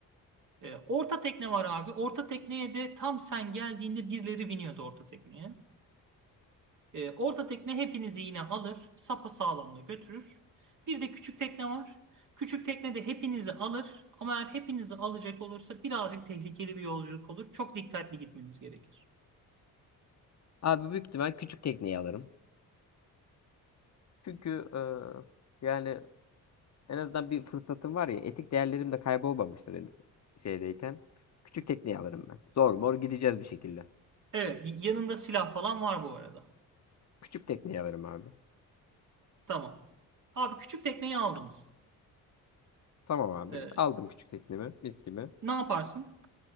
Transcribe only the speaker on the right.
E, orta tekne var abi. Orta tekneye de tam sen geldiğinde birileri biniyordu orta tekneye. E, orta tekne hepinizi yine alır. Sapa sağlamla götürür. Bir de küçük tekne var. Küçük tekne de hepinizi alır. Ama eğer hepinizi alacak olursa birazcık tehlikeli bir yolculuk olur. Çok dikkatli gitmeniz gerekir.
Evet, y- yanında silah falan var bu arada.
Tamam. Abi küçük tekneyi aldınız.
Ee,
ne yaparsın?